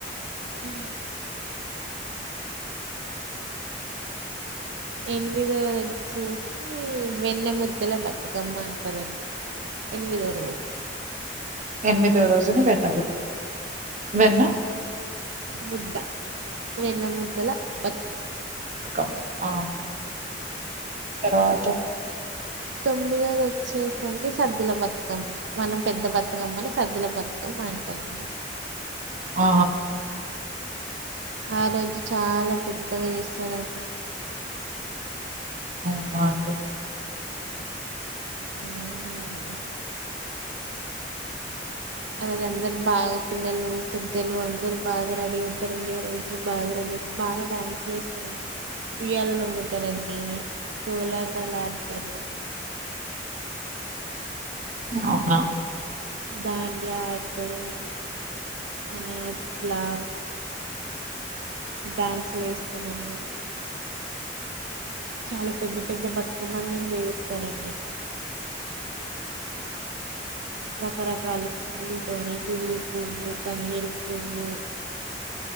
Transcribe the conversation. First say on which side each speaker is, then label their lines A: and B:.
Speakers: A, on the right; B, on the right.
A: హు ఎనిమిదోది వచ్చేసి వెన్నె ముద్దల బతుకమ్మ అంటారండి ఎనిమిదో రోజుని
B: ఎనిమిదో రోజుని వెన్న బు వెన్న
A: ముద్ద వెన్న ముద్దల బతుక
B: కమ్మ తరువాత
A: తొమ్మిదోది వచ్చేసండి సద్దుల బతుకమ్మ మనం పెద్ద బతుకమ్మని సద్దుల బతుకమ్మ అంటారు అండి
B: ఆ
A: ఆ రోజు చాలా పెద్దగా చేస్తారండి
B: <unintelligible>
A: ఉ ఆరోజు అందరు బాగా పిల్లలు పెద్దలు అందరు బాగా రెడీ అవుతారండి ఆ రోజు బాగా రెడీ అయి బాగా డాన్సులు వేస్తారండి ఉయ్యాలు ఉగుతారండి కోలాటాలు ఆడతారు
B: అవున
A: దాండియా ఆడతారు మన క్లా డ్యాన్సులు వేస్తారం డి చాలా పెద్ద పెద్ద బతుకమ్మని పేరుస్తారండి రకరకాల పువ్వులతోని గుడిగు పువ్వు తంగేలి పువ్వు